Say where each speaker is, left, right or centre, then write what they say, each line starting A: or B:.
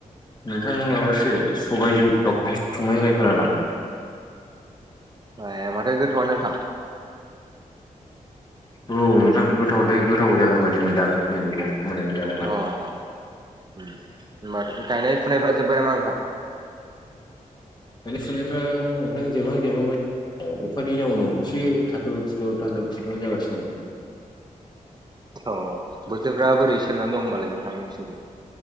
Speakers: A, on the left (about 30°); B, on the right (about 30°).
A: नोंथां माबासो सबायजों संनायनाय खोनादों
B: ए माथो गोथ'आ नोंथां।
A: औ नोंथां गोथावलै गोथाव जागोन बायदि मोनदां दिनैनि मोननाय जाब।
B: अ होनोमबाथ' गायनाय फुनायफ्रा जोब्बाय नामा नोंथां।
A: दानि सोलनायफ्राों जोबहां जोबांबाय औ अखानि जाउनाव एसे थाथ' थि' थाथ' थिथ' जागासिनो दं
B: अ बोथोरफ्रा बोरै सोलनानै दं होनोमबालाय नोंथांनो फिनसै?